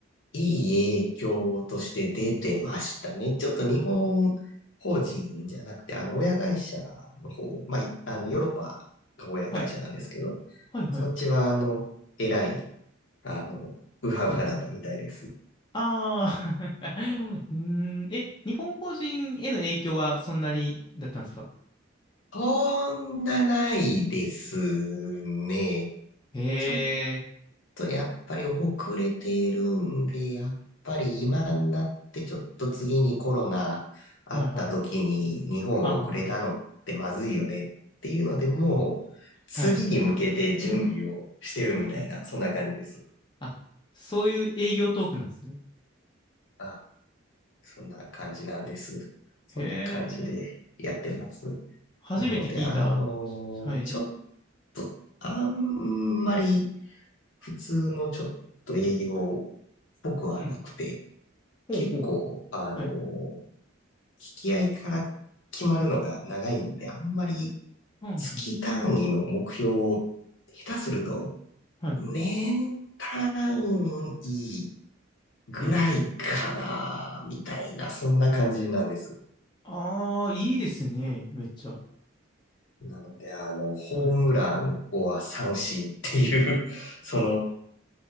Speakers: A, on the left; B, on the left.
A: いい影響として出てましたね。ちょっと日本法人じゃなくて、あの、親会社の方、まあ、いあの、ヨーロッパが親会社なんですけど、
B: はい。はいはい。
A: そっちは、あの、えらい、あの、ウハウハだったみたいです。
B: うん。ああ <laughs> うーん。え、日本法人への影響はそんなにだったんですか
A: そんなないですね。
B: へ
A: ちょっ
B: え。
A: とやっぱり遅れているんで、やっぱり今になってちょっと次にコロナあった時に日本遅れたのってまずいよねっていうので、
B: はいはい。あ
A: もう次に向けて準備をしてるみたいな、
B: あ。はい。はい。
A: そんな感じです。
B: あ、そういう営業トークなんですね。
A: あ、そんな感じなんです。そんな感じでやってます。
B: へえ。初めて聞いた。
A: なので、あのちょっと、
B: はい。
A: あんまり普通のちょっと営業っぽくはなくて、
B: うん。ほうほう。
A: 結構、あのー
B: はい。
A: 引き合いから決まるのが長いんで、あんまり
B: うんうん。
A: 月単位の目標を下手すると、
B: はい。
A: 年単位ぐらいかな、
B: うんうん。
A: みたいな、そんな感じなんです。
B: ああ、いいですね。めっちゃ。
A: なので、あの、ホームラン、
B: はい。
A: をは三振っていう、<laughs> その